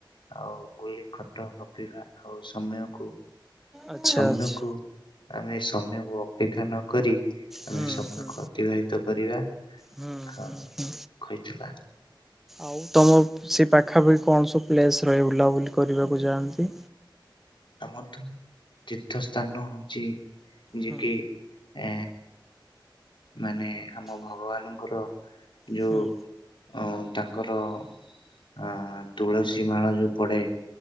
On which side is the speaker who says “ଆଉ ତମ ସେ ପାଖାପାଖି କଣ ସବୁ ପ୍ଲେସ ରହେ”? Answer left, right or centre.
Centre